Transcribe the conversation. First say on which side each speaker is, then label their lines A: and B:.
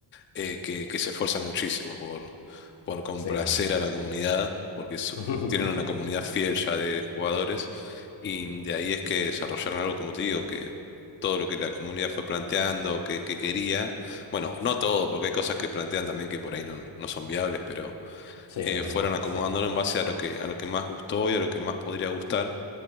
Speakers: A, on the left (about 25°); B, on the left (about 75°).
A: eh, que, que se esfuerzan muchísimo por, por complacer
B: Sí, sí.
A: a la comunidad, porque su-
B: <laughs>
A: tienen una comunidad fiel ya de jugadores, y de ahí es que desarrollaron algo, como te digo, que todo lo que la comunidad fue planteando, que, que quería, bueno, no todo, porque hay cosas que plantean también que por ahí no, no son viables, pero
B: Sí,
A: eh,
B: es verdad,
A: fueron acomodándolo
B: sí.
A: en base a lo que, a lo que más gustó y a lo que más podría gustar,